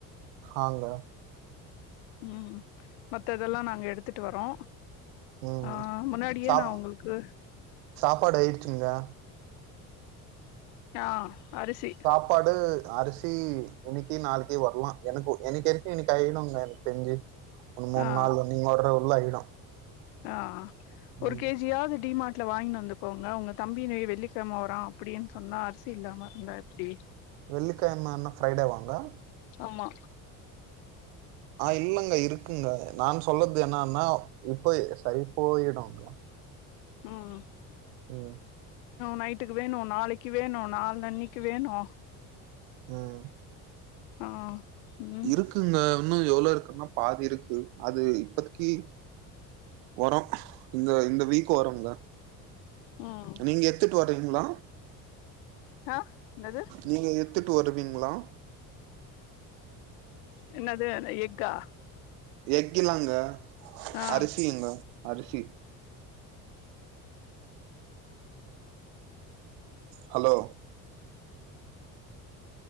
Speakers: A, on the right; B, on the left.
A: ஆங்க
B: ம் மத்ததெல்லா நாங்க எடுத்துட்டு வரோ
A: ம்
B: ஆ முன்னாடியே
A: சாப்
B: நா உங்களுக்கு
A: சாப்பாடு ஆயிடுச்சுங்ளா
B: ஆ அரிசி
A: சாப்பாடு அரிசி இன்னிக்கி நாளிக்கி வர்லா எனக்கு எனக்கி எப்போ இன்னிக்கி <unintelligible> தெரிஞ்சு மூண்நாள்ள
B: ஆ
A: நீங்க வர்றக்குள்ள ஆயிடு
B: ஆ ஒரு
A: ம்
B: கே ஜி யாது டிமார்ட்ல வாங்கின் வந்து கோங்க உங்க தம்பி நே வெள்ளிக்கெழம வரா அப்டின்னு சொன்னா அரிசி இல்லாம இருந்தா எப்டி
A: வெள்ளிக்கெழமனா ஃப்ரை டே வாங்க
B: ஆமா
A: ஆ இல்லங்க இருக்குங்க நான் சொல்லது என்னான்னா <unintelligible>
B: ம்
A: <unintelligible> ம்
B: நைட்டுக்கு வேணு நாளிக்கி வேணு நால் அன்னிக்கி வேணு
A: ம்
B: ஆ ம்
A: இருக்குங்க இன்னு எவ்ளோ இருக்குன்னா பாதி இருக்கு அது இப்பதிக்கி வரு இந்த இந்த வீக் வருங்க
B: ம்
A: நீங்க எத்துட்டு வர்றீங்ளா
B: ஹா என்னது
A: நீங்க எடுத்துட்டு வருவீங்ளா
B: என்னது எஃகா
A: எஃகிலாங்க
B: ஆ
A: அரிசிங்க அரிசி ஹலோ